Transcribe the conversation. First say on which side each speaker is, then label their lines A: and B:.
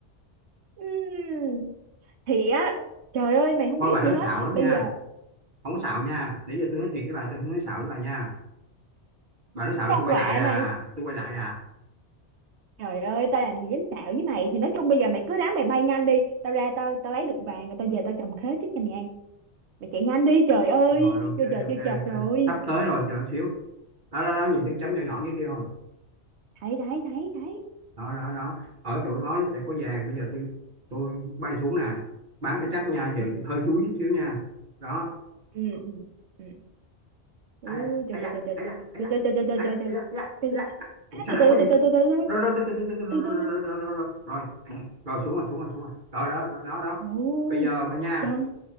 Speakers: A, on the right; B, on the right.
A: Ừm, Thì á trời ơi mày không
B: thôi
A: biết
B: bà nói
A: gì hết
B: xạo lắm
A: Bây
B: nha
A: giờ
B: không có xạo nha nãy giờ tôi nói thiệt với bà tôi không nói xạo với bà nha bà nói xạo
A: con
B: là tôi quay
A: quạ
B: lại à
A: này
B: tôi quay lại à
A: Trời ơi, tao làm gì dám xạo với mày Thì nói chung bây giờ mày cứ ráng mày bay nhanh đi Tao ra tao tao lấy được vàng Rồi tao về tao trồng khế trước cho mày ăn mày chạy nhanh đi trời ơi
B: rồi ok
A: vô chợ
B: ok
A: chưa chập
B: ok
A: rồi
B: sắp tới rồi chờ xíu đó đó đó nhìn thấy cái chấm nhỏ nhỏ dưới kia không
A: thấy thấy thấy thấy
B: đó đó đó ở chỗ đó nó sẽ có vàng bây giờ tôi tôi bay xuống nè bám cho chắc nha giờ
A: ừ
B: hơi chúi chút xíu nha đó
A: ừ ừ ừ ui
B: à
A: trời
B: à da
A: trời trời trời
B: à da à da
A: trời trời trời trời
B: à
A: trời
B: da
A: trời trời
B: à da à
A: trời
B: da à
A: trời
B: da. ủa
A: À,
B: sao
A: từ
B: nặng
A: từ
B: quá gì
A: từ từ từ từ thôi
B: rồi rồi rồi rồi rồi rồi
A: từ từ từ
B: rồi rồi rồi rồi xuống rồi xuống rồi xuống rồi rồi đó đó đó đó.
A: ồ
B: bây giờ bà nha
A: trời